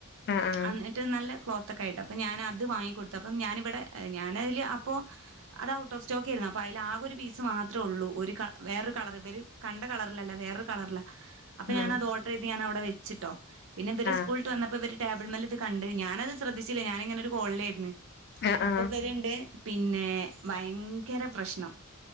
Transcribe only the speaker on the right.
എന്നിട്ട് നല്ല ക്ലോത്ത്ക്കൊയിട്ട് അപ്പപ്പോ ഞാന് അത് വാങ്ങിക്കൊടുത്തു അപ്പം ഞാന് ഇവിടെ ഞാനതില് അപ്പോ അത് ഔട്ട് ഓഫ് സ്റ്റോക്ക് ആയിരുന്നു അപ്പൊ അതിൽ ആകെ ഒരു പീസ് മാത്രേള്ളൂ ഒരു കള വേറൊരു കളർ ഇവര് കണ്ട കളറിലല്ല വേറൊരു കളറല്ല അപ്പൊ
ഞാന് അത് ഓർഡർ ചെയ്ത് ഞൻ അവിടെ വെച്ചിട്ടോ പിന്നെവര്
സ്കൂള്ട്ട് വന്നപ്പോ ഇവര് ടേബിൾമേല് ഇത് കണ്ട് ഞാനത് ശ്രദ്ധിച്ചില്ല ഞാാനിങ്ങനെ ഒരു കോളിലായിരുന്നു
അപ്പം
വരണ്ട് പിന്നെ ഭയങ്കര പ്രശ്നം